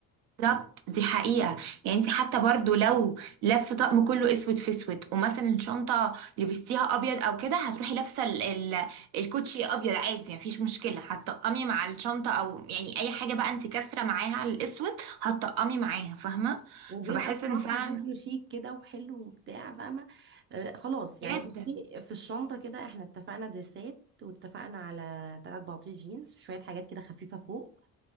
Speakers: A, on the right; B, on the right.
A: بالظبط دي حقيقة يعني انت حتى برضو لو لابسة طقم كله اسود في اسود ومثلا الشنطة لبستيها ابيض او كده هتروحي لابسة ال ال الكوتشي ابيض عادي يعني مفيش مشكلة هتطقمي مع الشنطة او يعني اي حاجة بقى انت كاسرة معاها الاسود هتطقمي معاها فاهمة
B: وبيبقى
A: فبحس
B: بصراحة
A: ان فعلا
B: شكله شيك كده وحلو وبتاع فاهمة آه خلاص يعني
A: جدا
B: بصي في الشنطة كده احنا اتفقنا دريسات واتفقنا على تلات بناطيل جينز شوية حاجات كده خفيفة فوق